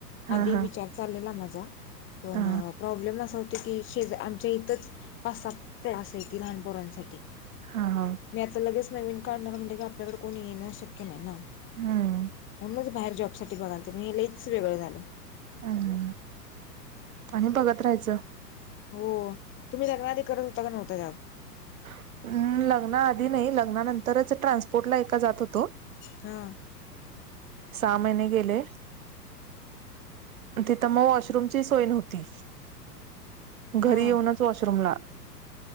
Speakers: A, on the right (about 55°); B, on the left (about 25°).
A: हा
B: आधी
A: हा
B: विचार चाललेला माझा पण
A: हा
B: प्रॉब्लेम असा होत की शेजार आमच्या इथंच पाच सात क्लास आहेत लहान पोरांसाठी
A: हा हा
B: मी आता लगेच नवीन काढणार म्हटलं की आपल्याकडे कोणी येणं शक्य नाही ना
A: हम्म
B: म्हणूनच बाहेर जॉब साठी बगालते मी हे लईच वेगळं झालं
A: हम्म आणि बघत राहायचं
B: हो तुम्ही धनवादी करत होता का नव्हता
A: ् लग्ना आधी नाही लग्नानंतरच ट्रान्सपोर्टला एका जात होतो
B: हा
A: सामहिने गेले तिथं मग वॉशरूमची सोय नव्हती घरी
B: हा
A: येऊनच वॉशरूमला